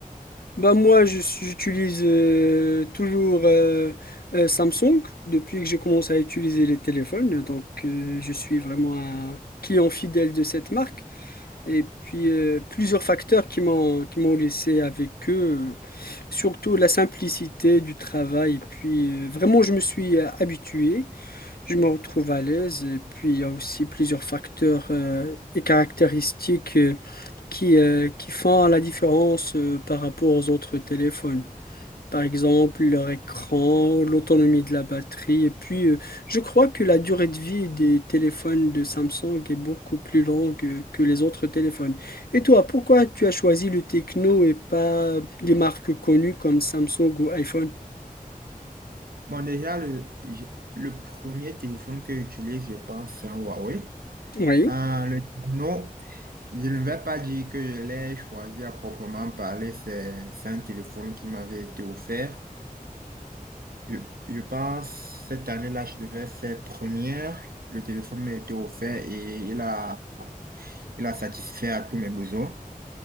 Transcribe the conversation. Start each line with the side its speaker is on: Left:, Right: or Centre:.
Left: bah moi je s- j'utilise euh, toujours euh, euh, Samsung depuis que j'ai commencé à utiliser les téléphones, donc euh, je suis vraiment un client fidèle de cette marque. Et puis euh, plusieurs facteurs qui m'ont qui m'ont laissé avec eux, euh, surtout la simplicité du travail. Et puis euh, vraiment je me suis euh, habitué. Je me retrouve à l'aise et puis il y a aussi plusieurs facteurs euh, et caractéristiques euh, qui, euh, qui font la différence euh, par rapport aux autres téléphones. Par exemple, leur écran, l'autonomie de la batterie. Et puis, euh, je crois que la durée de vie des téléphones de Samsung est beaucoup plus longue euh, que les autres téléphones. Et toi, pourquoi tu as choisi le Tecno et pas des marques connues comme Samsung ou iPhone?
Right: Bon, déjà, le, j- le premier téléphone que j'utilise, je pense, c'est un Huawei.
Left: Oui.
Right: Euh, le non, je ne vais pas dire que je l'ai choisi à proprement parler. C'est c'est un téléphone qui m'avait été offert. Je, je pense, cette année-là, je devais faire première. Le téléphone m'a été offert et il a, il a satisfait à tous mes besoins.